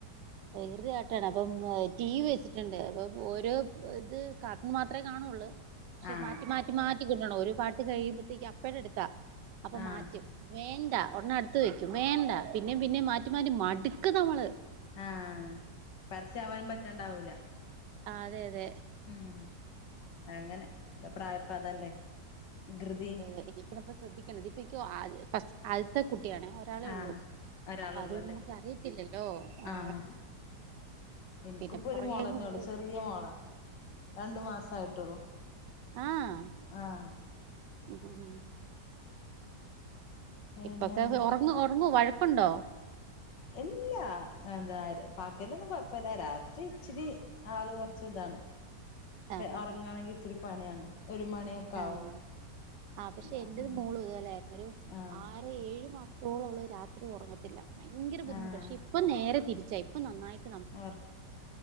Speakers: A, on the right; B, on the left.
A: വികൃതികാട്ടാണ് അപ്പം ടി വി വെച്ചിട്ടുണ്ട് അപ്പം ഓരോ ഇത് കാർടൂൺ മാത്രെ കാണുള്ളൂ പക്ഷെ
B: ആഹ്
A: മാറ്റി മാറ്റി മാറ്റി കിട്ടണം ഒരു പാട്ട് കഴിയുമ്പഴത്തേക്ക് അപ്പെ എടുത്താ അപ്പൊ
B: ആഹ്
A: മാറ്റും വേണ്ട ഒടനെ അടുത്ത് വയ്ക്കും വേണ്ട പിന്നേം പിന്നേം മാറ്റി മാറ്റി മടുക്ക് നമ്മള്
B: ആഹ് പരസ്യവാനും പറ്റണ്ടാവൂല
A: ആഹ് അതെ അതെ
B: ഉം അങ്ങനെ ഒരു പ്രായപ്പഅതല്ലേ വികൃതി
A: ഒരു ബിസിനസ് ശ്രദ്ധിക്കേണ്ടത് ഇപ്പ ഇനിക്ക് ഫസ്റ്റ് ആദ്യത്തെ കുട്ടിയാണ് ഒരാളെ
B: ആഹ്
A: ഉള്ളൂ
B: ഒരാളൊള്ളൂ
A: അപ്പൊ അതുകൊണ്ട്
B: അല്ലേ
A: നമുക്ക് അറിയത്തില്ലല്ലോ ആ
B: ആഹ് എനിക്കിപ്പൊ
A: പിന്നെ പുറകെ
B: ഒരു മോളെന്നെ
A: അങ്ങ് പോ
B: ഉള്ളൂ ചെറിയ മോളാ രണ്ടു മാസ ആയിട്ടുള്ളു
A: ആഹ്
B: ആഹ്
A: ഹ് ഹ് ഹും
B: പിന്നെന്നിട്ട്
A: ഇപ്പൊക്ക ഉറങ്ങോ ഉറങ്ങോ വഴക്കുണ്ടോ?
B: ഇല്ലാ എന്താ പകലൊന്നും കൊഴപ്പല്ല രാത്രി ഇച്ചിരി ആള് കുറച്ച് ഇതാണ്
A: ആ ആ
B: ഉറങ്ങണെങ്കി ഇത്തിരി പണിയാണ് ഒരു മണിയൊക്കെ
A: ആഹ്
B: ആവും
A: ആ പക്ഷെ
B: ഇല്ല
A: എൻറത്
B: ഉം
A: മോളും ഇതുപോലെ ആയിരുന്നു ഒരു
B: ആഹ്
A: ആ ഏഴ് മാസത്തോളം ള്ള രാത്രി ഉറങ്ങത്തില്ല ഭയങ്കര ബുദ്ധിമുട്ട്
B: ആഹ്
A: പക്ഷെ ഇപ്പം നേരെ തിരിച്ചായി പ്പോ നന്നായിട്
B: ഉർ